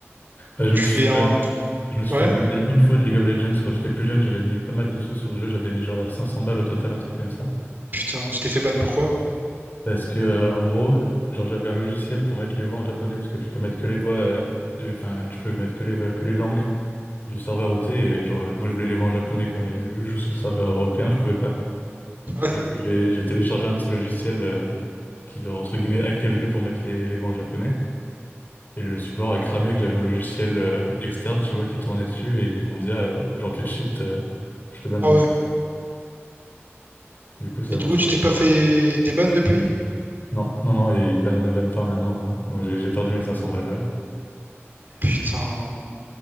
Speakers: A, on the left (about 45°); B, on the right (about 45°).
A: Euh, je
B: tu
A: me suis
B: fais
A: fait bannir,
B: un...
A: je me suis
B: Ouais?
A: fait bannir une fois de League of Legends quand j'étais plus jeune, j'avais mis pas mal de sous sur le jeu, j'avais mis genre 500 balles au total, un truc comme ça.
B: Putain, tu t'es fait ban pourquoi?
A: Parce que, euh, en gros, genre, j'avais un logiciel pour mettre les voix en japonais, parce que tu peux mettre que les voix, euh, du, enfin, tu peux mettre que les, voix- que les langues du serveur OT, et genre, moi, je voulais les voix en japonais, quoi, mais vu que je joue sur le serveur européen, je pouvais pas.
B: Ouais.
A: Du coup, j'ai, j'ai téléchargé un petit logiciel, euh, qui, genre, entre guillemets, hackait le jeu pour mettre les, les voix en japonais, et le support a cramé que j'avais un logiciel, euh, externe, tu vois, qui tournait dessus, et ils m'ont dit, ah, euh, genre, tu te cheats, euh, je te banne
B: Ah
A: donc.
B: ouais.
A: Du coup, ça
B: Et
A: m'a
B: du coup,
A: fait,
B: tu t'es pas fait des bans depuis?
A: non, non, non, et ban, ban permanent, euh, donc j'ai j'ai perdu mes 500 balles, là.
B: Putain.